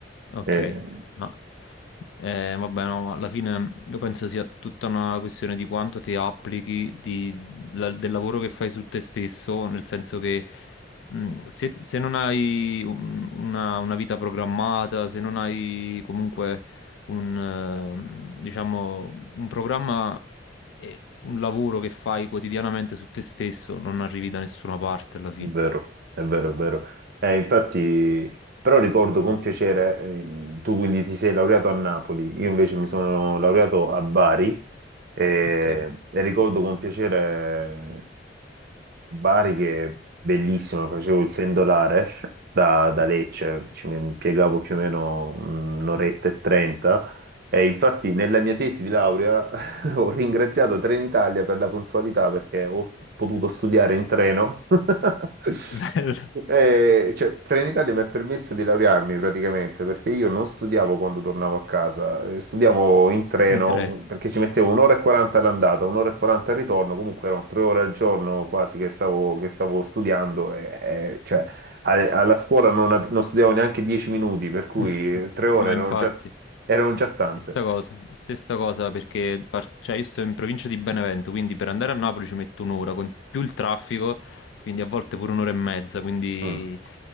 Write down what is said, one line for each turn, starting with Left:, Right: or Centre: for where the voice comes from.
Left: Ok,
Right: Eh,
Left: ma eh, vabbè, no, ma alla fine io penso sia tutta una questione di quanto ti applichi di- la- del lavoro che fai su te stesso, nel senso che mh, se, se non hai un- una, una vita programmata, se non hai comunque un, ehm, diciamo, un programma e un lavoro che fai quotidianamente su te stesso, non arrivi da nessuna parte alla fine.
Right: Vero, è vero, è vero. Eh, infatti, però ricordo con piacere, ehm, tu quindi ti sei laureato a Napoli, io invece mi sono laureato a Bari eh,
Left: Ok,
Right: e ricordo con piacere Bari che è bellissimo, facevo il pendolare da, da Lecce, ci mi piegavo più o meno un'oretta e trenta e infatti nella mia tesi di laurea <laughs> Ho ringraziato Trenitalia per la puntualità perché ho potuto studiare in treno. <laughs>
Left: <laughs> bello.
Right: E, cioè, Trenitalia mi ha permesso di laurearmi praticamente perché io non studiavo quando tornavo a casa, eh, studiavo in treno
Left: In tre.
Right: perché ci mettevo un'ora e quaranta all'andata, un'ora e quaranta al ritorno, comunque erano tre ore al giorno quasi che stavo, che stavo studiando e, e, cioè, a- alla scuola non, ap- non studiavo neanche dieci minuti, per cui
Left: <laughs>
Right: eh, tre ore
Left: Ma
Right: erano
Left: infatti,
Right: già, erano già tante.
Left: stessa cosa, stessa cosa perché par- cioè, io sto in provincia di Benevento, quindi per andare a Napoli ci metto un'ora, con più il traffico, quindi a volte pure un'ora e mezza, quindi
Right: Mm.